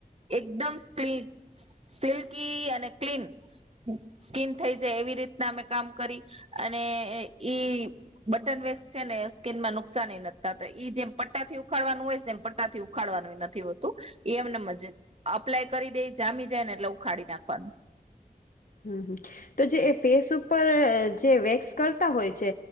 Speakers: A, on the right (about 45°); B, on the left (about 65°).
A: એકદમ સ્લી સક અને ક્લીન સ્કીિન થઈ જાય, એવી રીતના અમે કામ કરી અને ઈ બટન વેક્સ છે ને સ્કીિન માં નુકસાન નથીતા જેમ પટ્ટા થી ઉખાડવાનું હોય તેમ પટ્ટાથી ઉખાડવાનું નથી, હોતું એ, એમને મજ અપ્લાય કરી દે જામી જાય ને એટલે ખાડી નાખવા
B: હમ તો જે એ ફેસ ઉપર જે વેક્સ કરતા હોય છે